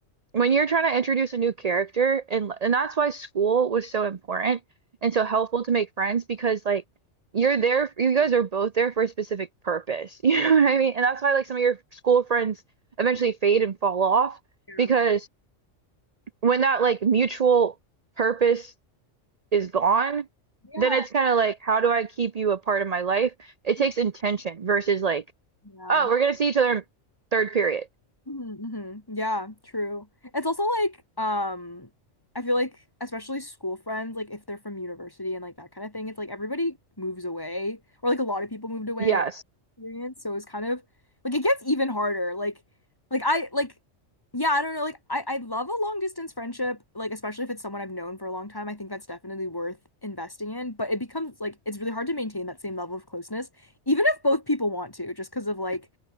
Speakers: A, on the right; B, on the left.
A: when you're trying to introduce a new character and and that's why school was so important and so helpful to make friends because like you're there you guys are both there for a specific purpose <laughs> you know what I mean and that's why like some of your school friends eventually fade and fall off
B: Mm,
A: because when that like mutual purpose is gone
B: Yeah.
A: then it's kind of like how do I keep you a part of my life it
B: Yeah.
A: takes intention versus like
B: Yeah.
A: oh we're gonna see each other in third period
B: hmm Yeah, true. It's also like, um, I feel like especially school friends, like if they're from university and like that kind of thing, it's like everybody moves away, or like a lot of people moved away,
A: yes
B: like experience. So it's kind of like it gets even harder. Like, like I like, yeah, I don't know. Like I I love a long distance friendship, like especially if it's someone I've known for a long time. I think that's definitely worth investing in. But it becomes like it's really hard to maintain that same level of closeness, even if both people want to, just because of like